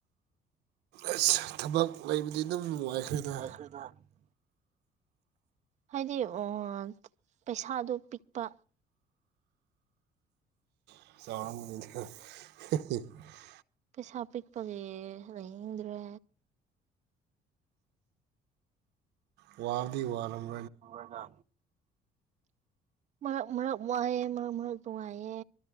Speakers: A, on the right; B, on the right.
A: ꯑꯁ ꯊꯕꯛ ꯂꯩꯕꯗꯤ ꯑꯗꯨꯝ ꯅꯨꯡꯉꯥꯏꯈ꯭ꯔꯦꯗ
B: <unintelligible> ꯍꯥꯏꯗꯤ ꯑꯣ ꯄꯩꯁꯥꯗꯣ ꯄꯤꯛꯄ
A: <unintelligible>
B: ꯄꯩꯁꯥ ꯄꯤꯛꯄꯒꯤ ꯂꯩꯅꯤꯡꯗ꯭ꯔꯦ
A: ꯋꯥꯕꯗꯤ ꯋꯥꯔꯝ
B: ꯉꯣꯏꯗ ꯃꯔꯛ ꯃꯔꯛ ꯋꯥꯥꯏꯌꯦ ꯃꯔꯛ ꯃꯔꯛ ꯅꯨꯉꯥꯏꯌꯦ